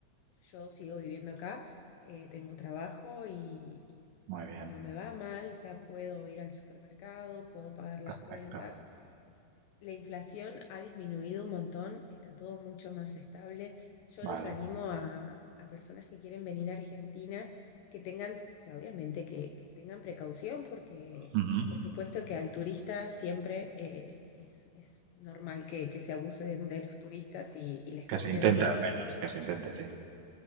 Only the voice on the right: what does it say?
muy bien,
perfecto,
vale.
Ujú,
Que
se intente
al menos, que se intente, sí.